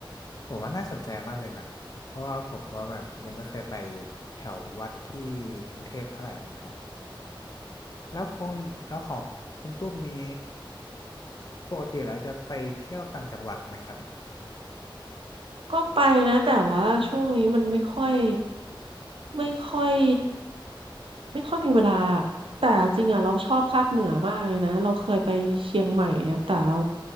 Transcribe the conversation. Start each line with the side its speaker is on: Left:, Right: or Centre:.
Left: ผมว่าน่าสนใจมากเลยนะ เพราะว่าผมก็แบบยังไม่เคยไปแถววัดที่กรุงเทพเท่าไหร่เหมือนกัน แล้วคุณแล้วของคุณตุ้มนี้ปกติแล้วจะไปเที่ยวต่างจังหวัดไหมครับ
Right: ก็ไปนะแต่ว่าช่วงนี้มันไม่ค่อยไม่ค่อยไม่ค่อยมีเวลาแต่จริงอ่ะเราชอบภาคเหนือมากเลยนะเราเคยไปเชียงใหม่อะแต่เรา